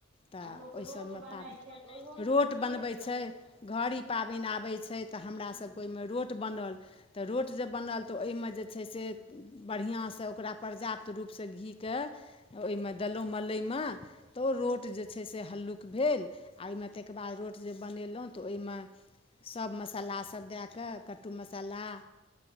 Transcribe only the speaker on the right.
आ लोक
रोट
बनै
छै तऽ ओहोमे
तऽ घीएसँ
हँ
हँ
हँ
हँ